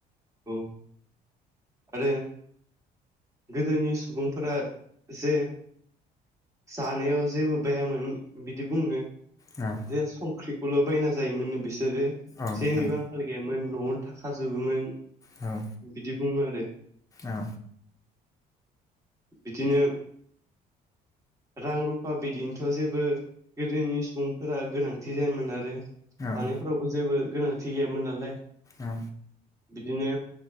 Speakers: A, on the right; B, on the left.
A: औ आरो गोदोनि सुबुंफोरा जे जानायाव जेबो बायोन बिदि बुङो
B: औ
A: जे संख्रिखौल' बायना जायोमोन। बिसोरो
B: औ नोंथां
A: जेनिबो आंखाल गैयामोन न'आवनो थाखाजोबोमोन।
B: औ।
A: बिदि बुङो आरो।
B: औ।
A: बिदिनो रां रुफा बिदिन थ' जेबो गोदोनि सुबुंफोरा गोनांथि जायामोन आरो जानायफोरावबो
B: औ
A: जेबो गोनांथि गैयामोन नालाय।
B: औ।
A: दिनो